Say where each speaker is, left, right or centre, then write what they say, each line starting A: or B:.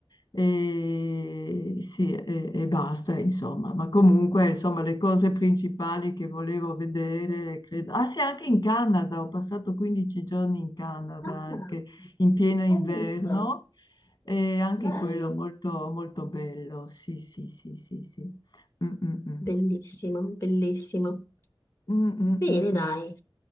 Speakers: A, on the left (about 45°); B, on the left (about 30°).
A: e, sì, e, e basta, insomma. Ma comunque, insomma, le cose principali che volevo vedere, credo... Ah sì, anche in Canada, ho passato 15 giorni in Canada,
B: Ah,
A: anche in pieno inverno,
B: hai visto?
A: e anche
B: Bello.
A: quello molto, molto bello, sì, sì, sì, sì, sì. Mm, mm, mm.
B: Bellissimo, bellissimo.
A: Mm, mm,
B: Bene,
A: mm,
B: dai.
A: mm.